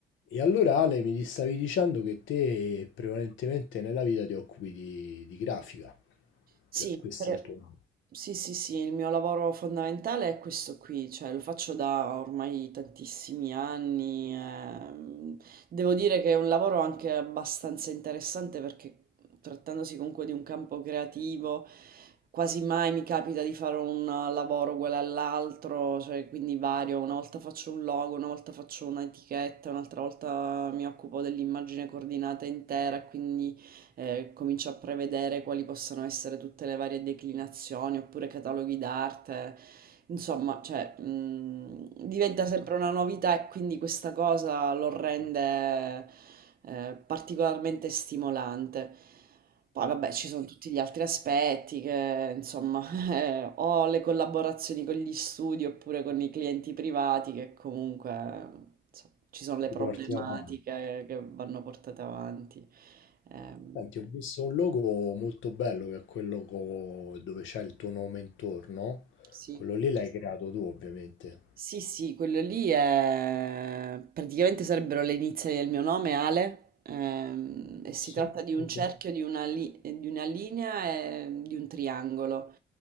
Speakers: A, on the left (about 75°); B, on the right (about 50°).
A: E allora Ale, mi stavi dicendo che te prevalentemente nella vita ti occupi di, di grafica,
B: Sì,
A: cioè questo
B: per-
A: è il tuo lavoro,
B: sì, sì, sì, il mio lavoro fondamentale è questo qui, cioè lo faccio da ormai tantissimi anni. ehm, Devo dire che è un lavoro anche abbastanza interessante perché trattandosi comunque di un campo creativo, quasi mai mi capita di fare un eh, lavoro uguale all'altro, cioè quindi vario, una volta faccio un logo, una volta faccio un'etichetta, un'altra volta mi occupo dell'immagine coordinata intera, quindi eh, comincio a prevedere quali possono essere tutte le varie declinazioni oppure cataloghi d'arte. Insomma, cioè, mh, diventa sempre una novità e quindi questa cosa lo rende eh, particolarmente stimolante. Poi vabbè, ci sono tutti gli altri aspetti che, insomma, eh, o le collaborazioni con gli studi oppure con i clienti privati che comunque insomma, ci sono le
A: ti
B: Certo. problematiche
A: porti avanti.
B: che vanno portate avanti. Ehm,
A: Senti, ho visto un logo molto bello che è quello co- dove c'è il tuo nome intorno,
B: Sì.
A: quello lì l'hai creato tu ovviamente.
B: Sì, sì, quello lì è... praticamente sarebbero le iniziali del mio nome, Ale, ehm, e si
A: Sì,
B: tratta di
A: sì,
B: un cerchio,
A: sì.
B: di una, li- eh, di una linea e di un triangolo,